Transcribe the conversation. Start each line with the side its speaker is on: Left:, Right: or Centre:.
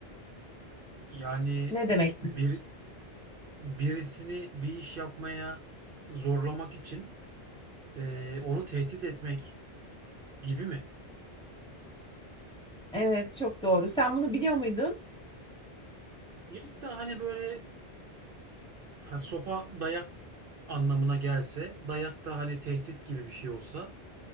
Right: Yani
Centre: Ne demek?
Right: bir birisini bir iş yapmaya zorlamak için ee, onu tehdit etmek gibi mi?
Centre: Evet, çok doğru. Sen bunu biliyor muydun?
Right: Yok da hani böyle ha, sopa dayak anlamına gelse, dayak da hani tehdit gibi bir şey olsa,